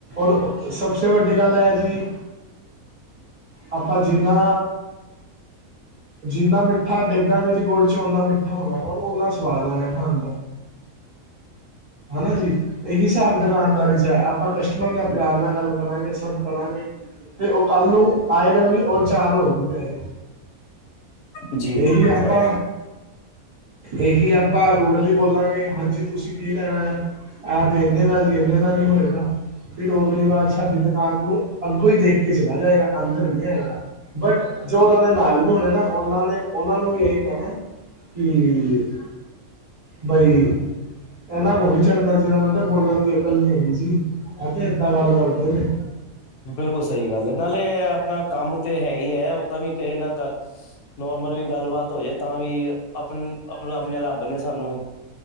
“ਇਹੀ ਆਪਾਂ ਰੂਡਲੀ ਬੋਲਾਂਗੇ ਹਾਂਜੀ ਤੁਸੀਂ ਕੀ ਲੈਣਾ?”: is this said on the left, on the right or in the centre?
Right